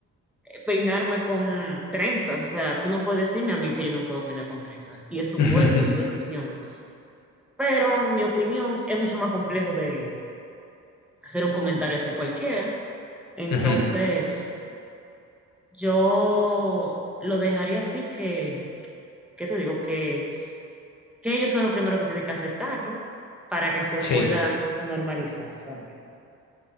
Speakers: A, in the centre; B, on the left.
A: eh, peinarme con trenzas. O sea, tú no puedes decirme a mí que yo no puedo peinar con trenzas. Y es su
B: <laughs>
A: cuerpo, es su decisión. Pero en mi opinión es mucho más complejo de hacer un comentario así cualquiera. Entonces,
B: Ujú, ujú.
A: yo lo dejaría así que, ¿qué te digo? Que, que ellos son los primeros que tienen que aceptarlo para que se
B: Sí.
A: pueda normalizar realmente.